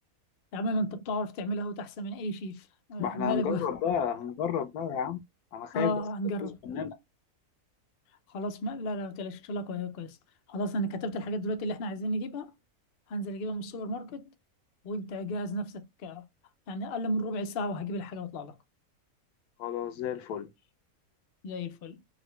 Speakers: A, on the left (about 60°); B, on the left (about 85°).
A: يا عم ما انت بتعرف تعملها وتحسن من اي شيف آه،
B: ما احنا
A: مالك
B: هنجرب
A: بقى
B: بقى هنجرب بقى يا عم انا خايف
A: اه
B: بس
A: هنجرب
B: تبوظ مننا
A: خلاص ما لا لا ما تقلقش ان شاء الله كويس كويس خلاص انا كتبت الحاجات دلوقتي اللي احنا عايزين نجيبها هنزل اجيبها من السوبر ماركت وانت جهز نفسك آه، يعني اقل من ربع ساعه وهجيب الحاجه واطلع لك
B: خلاص زي الفل
A: زي الفل